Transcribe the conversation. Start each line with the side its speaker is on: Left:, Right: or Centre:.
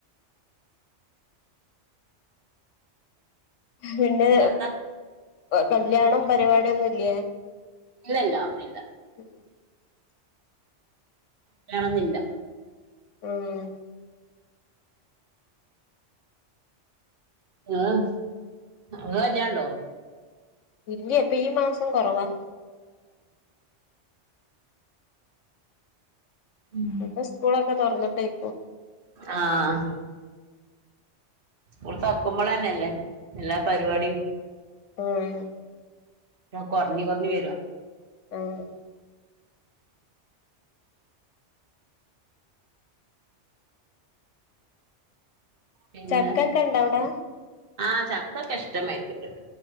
Left: പിന്നെ
Right: നിങ്ങൾതാ
Left: കല്യാണം പരിപാടിയൊന്നുംല്ലേ
Right: ഇല്ലില്ല ഇല്ല
Left: ഉം
Right: ല്ലണന്നില്ല
Left: ആഹ്
Right: ആഹ് അങ്ങല്യാണ്ടോ
Left: ഇല്ലേ അപ്പൊ ഈ മാസം കുറവാ
Right: ഉം
Left: ഇപ്പൊ സ്കൂളൊക്കെ തുറന്നിട്ടേയിക്കോ
Right: ആഹ് സ്കൂള് തുറക്കുമ്പോളന്നെയല്ലേ എല്ലാ പരിപാടിയും
Left: ആഹ്
Right: കുറഞ്ഞ് കുറഞ്ഞ് വരുവാ
Left: ആഹ്
Right: പിന്നെ
Left: ചക്കൊക്കെണ്ടോ അവിടെ
Right: ആ ചക്കൊക്കെ ഇഷ്ടമായിട്ടുണ്ട്